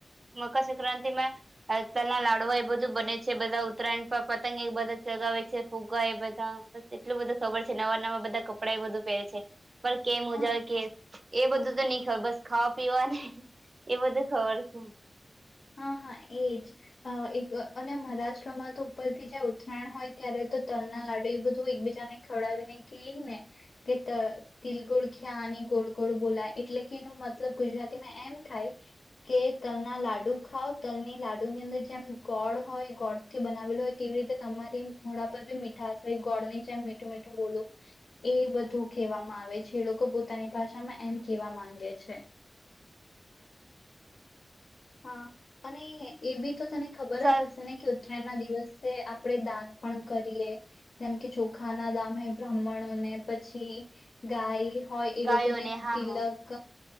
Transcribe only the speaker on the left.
હા
હા હા એજ એક અને મહારાષ્ટ્રમાં તો ઉપરથી જ ઉત્તરાયણ હોય ત્યારે તો તલના લાડુ એ બધું એકબીજાને ખવડાવીને ક ને કે ત તિલગોળ ખ્યા અને ગોળ ગોળ બોલાય એટલે કે એનો મતલબ ગુજરાતીમાં એમ થાય કે તલના લાડુ ખાાવ તલની લાડુ ની અંદર જેમ ગોળ હોય ગોળ થી બનાવેલો હોય તેવી રીતે તમારી મોડા પર બી મીઠાશ હોય ગોળની જેમ મીઠું મીઠું બોલું એ બધું કહેવામાં આવે છે એ લોકો પોતાની ભાષામાં એમ કહેવા માંગે છે.
હા અને એ બી તો તને ખબર
જ હશે ને કે એમના દિવસે આપણેે દાન પણ કરીએ જેમ કે ચોખા ના દાન હોય બ્રાહ્મણોને પછી ગાય હોય એ
લોકોને
તિલક